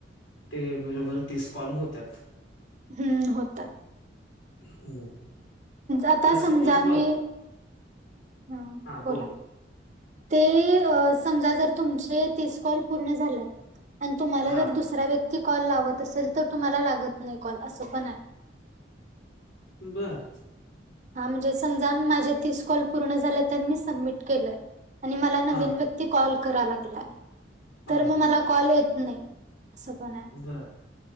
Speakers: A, on the left (about 80°); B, on the right (about 40°).
A: ते बरोबर तीस कॉल होत्यात.
B: हम्म होतात.
A: हम्म
B: आता समजा
A: सपोज
B: मी
A: बघ
B: ह
A: हा
B: बोला
A: बोल
B: ते समजा जर तुमचे तीस कॉल पूर्ण झाल्यात आणि तुम्हाला
A: हा
B: जर दुसरे व्यक्ती कॉल लावत असेल तर तुम्हाला लागत नाही कॉल असं पण आहे.
A: बरं
B: हां म्हणजे समजा माझे तीस कॉल पूर्ण झाले तर मी सबमिट केलोय आणि मला नवीन
A: हा
B: व्यक्ती व्यक्ती कॉल करायलाे
A: हा
B: तर मग मला कॉल येत नाही असं पण आहे.
A: बरं